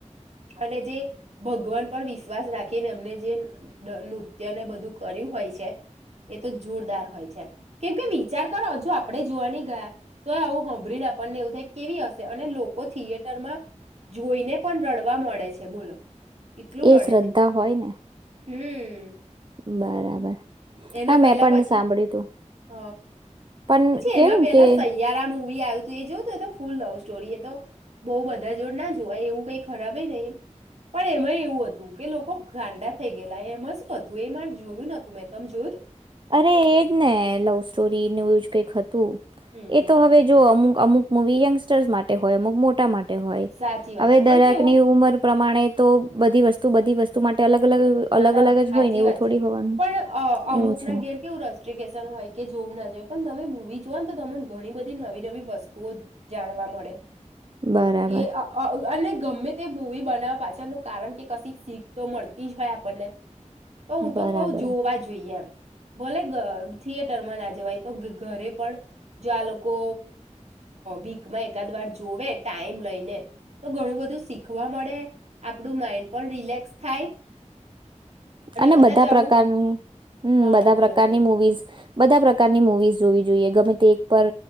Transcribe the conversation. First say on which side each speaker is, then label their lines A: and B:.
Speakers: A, on the right; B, on the right.
A: અને જે ભગવાન પર વિશ વિશ્વાસ રાખીને એમને જે નૃત્ય ને બધું કર્યું હોય છે એ તો જોરદાર હોય છે કેમકે વિચાર કરો હજુ આપણે જોવાની ગયા તોય આવું હોંમભ્રીને આપણે આપ ને એવું થાય કે કેવી અને લોકો થીયે જોઈને પણ રડવા મળે છે બોલો એટલું
B: એ
A: રડે
B: શ્રદ્ધા
A: છે
B: હોય ને
A: હમ
B: હમ બરાબર
A: એના
B: હા
A: પહેલા
B: મેં પણ
A: પછી
B: સાંભળ્યું તું
A: હ
B: પણ
A: પછી એના
B: કેમ
A: પહેલા
B: કે
A: સયારા મુવી આયુંતુ એ જો તો તો ફૂલ લવ સ્ટોરી એ તો બહ બધા જોડ ના જોવાય એવું કઈ ખરાબ નહી પણ એમાં એવું હતું કે લોકો ગાંડા થઈ ગયલા એમાં શુ હતું એ માર જોયું નતું મેં જોયુતુ?
B: અરે એજ ને લવ સ્ટોરી ન્યૂજ કઈક હતું ત
A: હમ.
B: એ તો હવે જો અમુક અમુક મૂવી યંગસ્ટર્સ માટે હોય અમુક મોટા માટે હોય
A: સાચી વાત
B: હવે
A: છે પણ
B: દરાકની
A: કેવું
B: ઉમર પ્રમાણે તો બધી વસ્તુ બધી વસ્તુ માટે અલગ અલગ
A: ના
B: અલગ
A: ના
B: અલગ જ
A: સાચી
B: હોય ને એવું
A: વાત
B: થોડી
A: છે.
B: હોવાનું
A: પણ અ અમુક
B: એવું છે
A: ઘેર કેવું રસ્ટ્રિકેશન હોય કે જોવું ના જોઈય પણ તમે મવી જુને તો તમને ઘણી બધી નવી નવી વસ્તુઓ જાણવા મળે
B: બરાબર
A: કે અ અને ગમે તે મૂવી બનાવવા પાછળનું કારણ કે કશી શીખ તો મળતી તી જ હોય આપણને તો હું
B: બરાબર
A: તો કઉ જોવા જોઈએ એમ ભોલે થિયેટરમાં ના જવાય તો ઘરે પણ જો આ લોકો વીકમાં એકાદ વાર જોવે ટાઈમ લઈને તો ઘણું બધું શીખવા મળે. આપણું માઈન્ડ પણ રિલેક્સ થાય.
B: અને
A: કદાચ
B: બધા
A: આવું
B: પ્રકાર, હમ્મ,
A: હા
B: બધા
A: બોલો
B: પ્રકારની
A: બોલો
B: મુવીઝ બધા પ્રકારની મુવીઝ જોવી જોઈએ ગમે તે એક પર